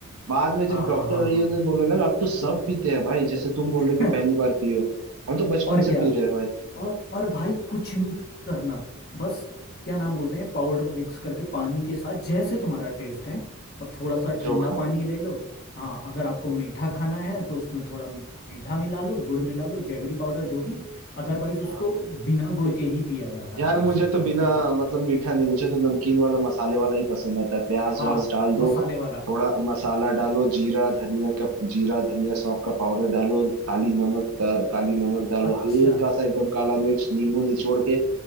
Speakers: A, on the right; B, on the left.
A: बाद में जब
B: हाँ
A: डॉक्टर
B: हाँ हाँ
A: और
B: हाँ
A: ये ने बोलने लगा अब तो सब पीते हैं भाई जैसे तुम बोल रहे हो कि
B: <laughs>
A: पहली बार पियो हम तो बचपन
B: और
A: से
B: क्या
A: पी रहे हैं भाई
B: और और भाई कुछ नहीं करना बस क्या नाम बोलते हैं पाउडर मिक्स करके पानी के साथ जैसे तुम्हारा टेस्ट है और थोड़ा सा ठंडा
A: जो खा
B: पानी
A: रहे
B: ले लो हाँ अगर आपको मीठा खाना है तो उसमें थोड़ा मीठा मिला लो गुड़ मिला लो जैगरी पाउडर जो भी अदरवाइज उसको
A: हैं।
B: बिना गुड़ के ही पिया जाता
A: यार
B: है वैसे
A: मुझे
B: तो
A: तो बिना
B: उसमें
A: मतलब मीठा नहीं मुझे तो नमकीन वाला मसाले वाला ही पसंद आता है प्याज
B: हाँ
A: व्याज डाल दो
B: मसाले वाला
A: थोड़ा मसाला डालो जीरा धनिया का जीरा धनिया सौंफ का पाउडर डालो काली नमक अ, काली नमक डालो
B: अच्छा
A: हल्का सा एकदम काला मिर्च नींबू निचोड़ के